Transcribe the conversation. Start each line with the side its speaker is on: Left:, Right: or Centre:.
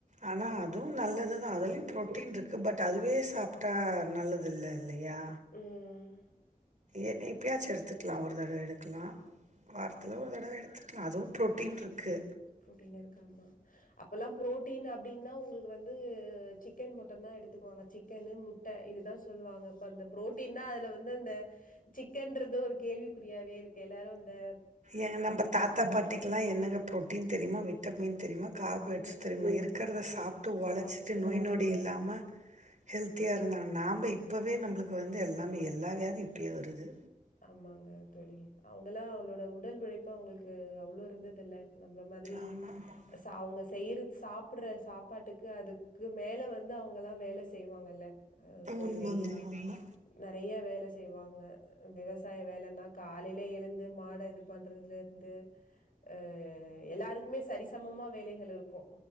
Right: ஆனா அதுவு நல்லது தா அதுலயும் புரோட்டீன் இருக்கு பட் அதுவே சாப்ட்டா நல்லதுல்ல இல்லயா
Left: ம்
Right: ஏன்னா எப்பயாச்சு எடுத்துகலா ஒரு தடவ எடுக்கலா வாரத்துல
Left: ஆமா
Right: ஒரு தடவ எடுத்துக்கலா அதுவு ப்ரோட்டீன் இருக்கு
Left: ப்ரோட்டீன் இருக்கு ஆமா அப்பல்லா ப்ரோட்டீன் அப்டின்னா உங்களுக்கு வந்து சிக்கன் மட்டுந்தா எடுத்துக்குவாங்க சிக் கேன்னு முட்ட இதுதா சொல்லுவாங்க இப்ப அந்த புரோட்டீன் தா அதுல வந்து அந்த சிக்கன்றது ஒரு கேள்விக்குறியாவே இருக்கு எல்லாரு இந்த
Right: ஏங்க நம்ப தாத்தா பாட்டிக்குலா என்னங்க ப்ரோட்டீன் தெரியுமா விட் விட்டமின் தெரியுமா கார்போஸ்
Left: ஒண்ணும் தெரியாது.
Right: தெரியுமா இருக்கிறத சாப்ட்டு ஒழச்சிட்டு
Left: சாப்ட்டுட்டு
Right: நோய் நொடி இல்லாமா ஹெல்த்தியா இருந்தாங்க நாம்ப இப்போவே நம்பளுக்கு வந்து எல்லாமே எல்லா வியாதி இப்போயே வருது
Left: ஆமாங்க தோழி அவுங்களா அவளோட உடல் உழைப்பு அவங்களுக்கு அவ்ளோ இருந்ததுல்ல நம்ள மாதிரி
Right: ஆமாம் ஆமாம்
Left: ஸ் த அவுங்க செய்யறது சாப்படுற சாப்பாட்டுக்கு அதுக்கு மேல வந்து அவுங்கெல்லா வேல செய்வாங்கேல்ல அஆ போயி
Right: உண்மைங்க
Left: வெயில
Right: உண்மை
Left: நறைய வேல செய்வாங்க விவசாய வேலன்னா காலையில எழுந்து மாட இது பண்றதுல இருந்து ஆ எல்லாருக்குமே சரிசமமா வேலைகள் இருக்கும்